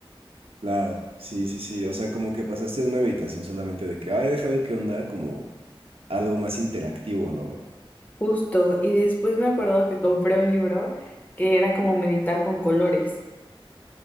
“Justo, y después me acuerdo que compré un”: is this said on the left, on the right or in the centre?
Left